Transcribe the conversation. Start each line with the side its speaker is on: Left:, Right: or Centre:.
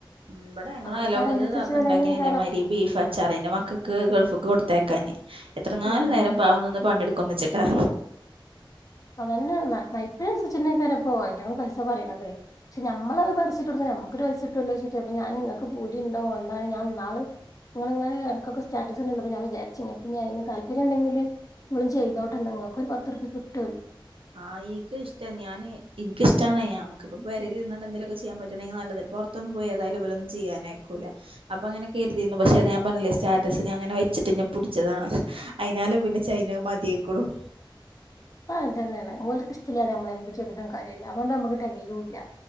Right: ഇവിടെ ഞങ്ങളെ
Left: അതേക്കാരം
Right: അയ്ലോക്കത്ത്
Left: അയിനനുസരിച്ച്
Right: താത്ത
Left: വെലന്നെയ്ക്കാരം
Right: ഉണ്ടാക്കി ഇതേമാതിരി ബീഫ് അച്ചാറ് ന്റെ മക്കൾക്ക് ഗൾഫ്ക്ക് കൊടുത്തയ്ക്കാന് എത്രങ്ങാനും
Left: ഉം
Right: നേരം പാവന്ന് പണി എട്ക്കുംന്ന്ച്ച്ട്ടാ
Left: അതന്നെ നൈപ്പിനനുസരിച്ചെന്നെക്കാര്പ്പോ ഐറ്റങ്ങൾ പൈസ പറയണത് പക്ഷെ നമ്മളത് പരിസ്യട്ടൊട്ത്താ നമുക്കൊരു പൈസട്ടല്ലോ വെച്ചിട്ട് അപ്പോ ഞാൻ ഇങ്ങക്ക് പൂതിണ്ടോ ന്താണ് ഞാൻ ന്നാള് ഇങ്ങള് ഇങ്ങെ ഇടക്കൊക്കെ സ്റ്റാറ്റസിട്ണ്ട അപ്പോ ഞാൻ വിചാരിച്ച് പിന്നെ അയിന് താല്പര്യം ഇണ്ടെങ്കില് ഇങ്ങള് ചെയ്തോട്ടണ്ടണ്ട് നിങ്ങക്കൊരു പത്തുർപ്യ കിട്ട്
Right: ആഹ് എനിക്ക് ഇഷ്ട ഞാന് എനിക്കിഷ്ടാണേ നമക്കിപ്പ പെരേലിരുന്നാ എന്തെലൊക്കെ ചെയ്യാൻ പറ്റുണെ നല്ലതെ പുറത്തൊന്നും പോയി ന് ഏതായാലും ഇവലൊന്നും ചെയ്യാനയ്ക്കൂല അപ്പൊങ്ങനെ കരുതിനു പക്ഷേ ഞാ ഞാൻ പറഞ്ഞില്ലേ സ്റ്റാറ്റസ് ഞ അങ്ങനെ വെച്ചിട്ട് ന്നെ പുടിചതാണ് അയ്നാല് പിന്നെ ചൈനാ മതിയായിക്ക്ണു ഉം
Left: ആഹ് അതന്നെയാണ് ഓല്ക്കിഷ്ടില്ലാതെ നമ്മള് എന്ത് ചെയ്തിട്ടും കാര്യല്ല അതുകൊണ്ട് നമ്മക്ക് തെകയുല്ല്യ